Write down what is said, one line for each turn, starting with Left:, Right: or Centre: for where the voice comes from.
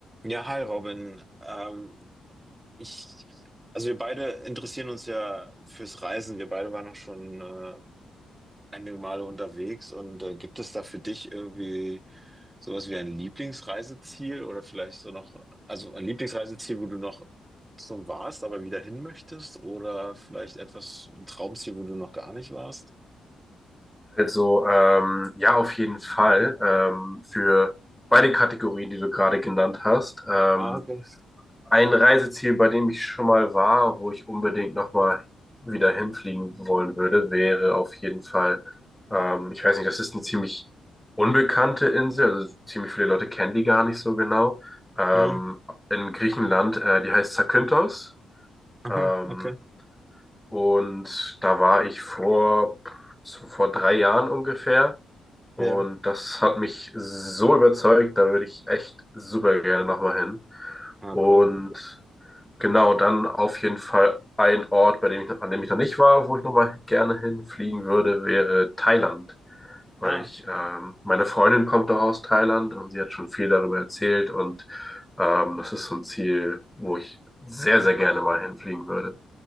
Right: Ja, hi Robin. Ähm, ich, also wir beide interessieren uns ja fürs Reisen. Wir beide waren auch schon äh, einige Male unterwegs. Und äh, gibt es da für dich irgendwie sowas wie ein Lieblingsreiseziel oder vielleicht so noch, also ein Lieblingsreiseziel, wo du noch so warst, aber wieder hin möchtest? Oder vielleicht etwas, ein Traumziel, wo du noch gar nicht warst?
Centre: Also ähm, ja, auf jeden Fall ähm, für beide Kategorien, die du gerade genannt hast. Ähm,
Right: Ah, okay.
Centre: ein Reiseziel, bei dem ich schon mal war, wo ich unbedingt nochmal wieder hinfliegen wollen würde, wäre auf jeden Fall, ähm, ich weiß nicht, das ist eine ziemlich unbekannte Insel, also ziemlich viele Leute kennen die gar nicht so genau. Ähm,
Right: Hm.
Centre: in Griechenland, äh, die heißt Zakynthos.
Right: Aha,
Centre: Ähm,
Right: okay.
Centre: und da war ich vor, vor drei Jahren ungefähr. Und
Right: Ja.
Centre: das hat mich so überzeugt, da würde ich echt super gerne nochmal hin.
Right: Ah,
Centre: Und
Right: cool.
Centre: genau, dann auf jeden Fall ein Ort, bei dem ich, an dem ich noch nicht war, wo ich nochmal gerne hinfliegen würde, wäre Thailand. Weil
Right: Ah.
Centre: ich, ähm, meine Freundin kommt doch aus Thailand und sie hat schon viel darüber erzählt und ähm, das ist so ein Ziel, wo ich sehr, sehr gerne mal hinfliegen würde.